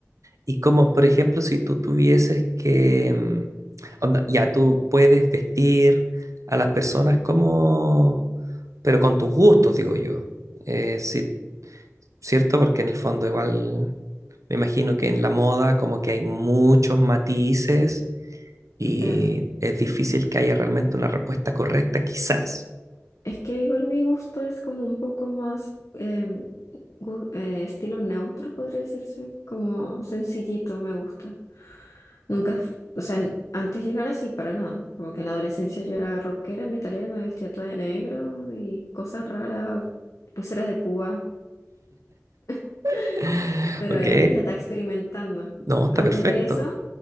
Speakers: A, on the right; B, on the left.
A: Y como, por ejemplo, si tú tuvieses que, mm, onda, ya tú puedes vestir a las personas como, pero con tus gustos, digo yo. Eh, sí, cierto, porque en el fondo igual me imagino que
B: Ya,
A: en la moda como que hay muchos matices y
B: claro.
A: es difícil que haya realmente una respuesta correcta, quizás.
B: Es que igual mi gusto es como un poco más em, gu- eh, estilo neutro, podría decirse, como sencillito me gusta. Nunca, f- o sea, n- antes yo no era así para nada. Como que en la adolescencia yo era rockera, metalera, me vestía toda de negro y cosas raras, pulseras de púa. <gasps> <laughs>
A: <laughs>
B: Pero
A: Ok,
B: era niña, estaba experimentando.
A: no, está
B: Antes
A: perfecto.
B: de eso,